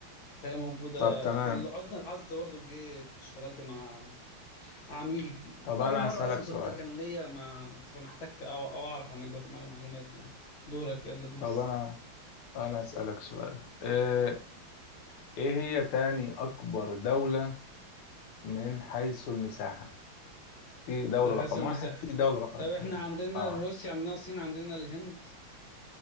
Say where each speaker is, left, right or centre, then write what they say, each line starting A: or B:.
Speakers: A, on the left (about 65°); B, on the left (about 85°).
A: فهي موجودة
B: طب تمام
A: كان لحسن الحظ برضو جه كنت اشتغلت مع عميل
B: طب
A: اول
B: أنا
A: مره
B: هسألك
A: اصلا
B: سؤال
A: كنت كان ليا ما فمحتك او او اعرف عن جواتيمالا معلومات يعني دورك يلا دوس
B: طب أنا أنا هسألك سؤال آه إيه هي تاني أكبر دولة من حيث المساحة في دولة
A: انا حاسس
B: رقم
A: المساحه
B: واحد في دولة رقم
A: طيب
B: اتنين
A: احنا عندنا
B: آه
A: روسيا عندنا الصين عندنا الهند